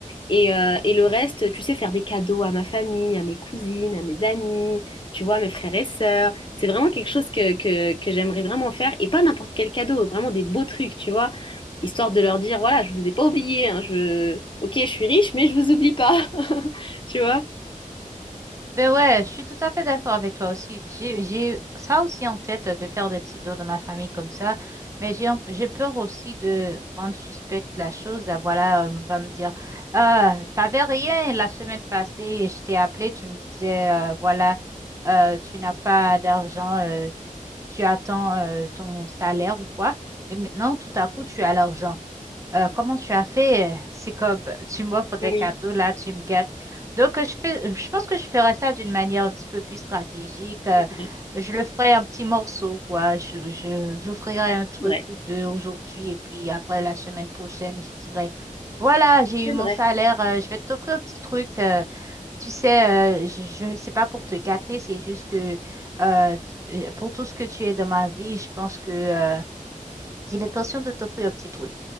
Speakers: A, on the left; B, on the right.
A: et, euh, et le reste, tu sais, faire des cadeaux à ma famille, à mes cousines, à mes amis, tu vois, à mes frères et sœurs. C'est vraiment quelque chose que, que, que j'aimerais vraiment faire. Et pas n'importe quel cadeau, vraiment des beaux trucs, tu vois. Histoire de leur dire, voilà, je vous ai pas oublié, hein, je... Ok, je suis riche, mais je vous oublie pas. <laughs> Tu vois?
B: Ben ouais, je suis tout à fait d'accord avec toi aussi. J'ai, j'ai ça aussi en tête euh, de faire des petits tours de ma famille comme ça, mais j'ai, en- j'ai peur aussi de rendre suspecte la chose. Là, voilà, euh, on va me dire, ah, t'avais rien la semaine passée et je t'ai appelé, tu me disais, euh, voilà, euh, tu n'as pas d'argent, euh, tu attends euh, ton salaire ou quoi, mais maintenant tout à coup tu as l'argent. Euh, comment tu as fait? euh, C'est comme tu m'offres des
A: Oui,
B: cadeaux là, tu me gâtes. Donc, euh, je fais, je pense que je ferai ça d'une manière un petit peu plus stratégique. euh,
A: c'est
B: je le ferai un petit morceau, quoi. Je, je, j'offrirai un truc
A: vrai.
B: ou deux aujourd'hui et puis après la semaine prochaine, je dirai, voilà, j'ai
A: C'est
B: eu mon
A: vrai.
B: salaire, euh, je vais t'offrir un petit truc. euh, tu sais, euh, je, je c'est pas pour te gâter, c'est juste que euh, tu- euh, pour tout ce que tu es dans ma vie, je pense que euh, j'ai l'intention de t'offrir un petit truc.